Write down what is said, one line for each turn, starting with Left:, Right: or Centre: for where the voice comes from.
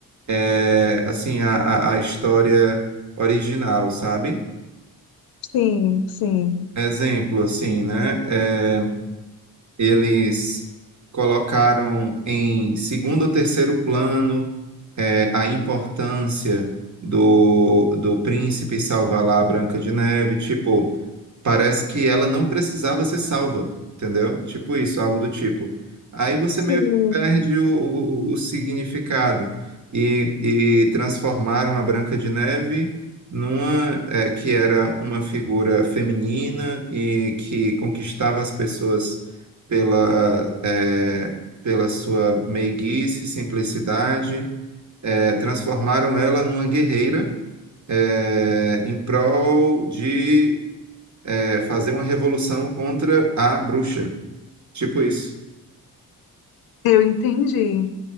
Right: é, assim a, a, a história original, sabe?
Left: sim, sim.
Right: Exemplo, assim, né? Eh, Eles colocaram em segundo ou terceiro plano eh, a importância do, do príncipe salvar lá a Branca de Neve. Tipo, parece que ela não precisava ser salva, entendeu? Tipo isso, algo do tipo. Aí você
Left: Sim,
Right: meio que perde o, o, o significado e, e transformaram a Branca de Neve numa eh, que era uma figura feminina e que conquistava as pessoas pela, eh, pela sua meiguice, simplicidade, eh, transformaram ela numa guerreira, eh, em prol de, eh, fazer uma revolução contra a bruxa. Tipo isso.
Left: eu entendi.